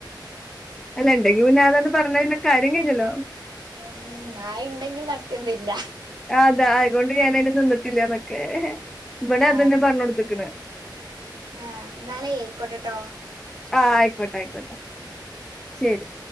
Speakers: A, in the centre; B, on the right (about 65°).
A: എല്ലാ ഇണ്ടെങ്കി പിന്നെ അതണ്ട് പറഞ്ഞാ പിന്നെ കാര്യം കയിഞ്ഞല്ലോ
B: ഉം ആയിണ്ടെങ്കിലും നടത്തിയൊന്നും തരില്ല
A: ആതാ അയ്കൊണ്ട് ഞാനയിന് നിന്നിട്ടില്ലാന്നൊക്കേ ഇവ്ടെ
B: ആ
A: അത് തന്നേ പറഞ്ഞൊട്ത്ത്ക്ക്ണ്
B: ആഹ് ന്നാലെയ് അയിക്കോട്ടെട്ടോ
A: ആഹ് അയ്ക്കോട്ടെ അയ്ക്കോട്ടെ ശരി